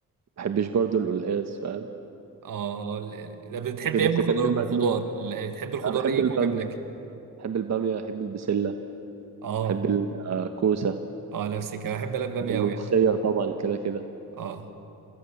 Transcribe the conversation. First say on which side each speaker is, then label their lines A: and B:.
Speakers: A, on the right (about 50°); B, on the right (about 70°).
A: بحبش برضو القلقاس فاهم
B: اه ال- طب بتحب
A: ممكن
B: ايه
A: تفتكرني
B: من الخضار من
A: مجنون
B: الخضار ال- بتحب الخضار
A: انا بحب
B: ايه
A: الباميه
B: يكون جنب الاكل
A: بحب الباميه بحب البسله
B: اه
A: بحب الكوسه
B: اه نفسي كمان بحب انا الباميه
A: بحب الملوخيه
B: قوي يعني
A: طبعا كده كده
B: اه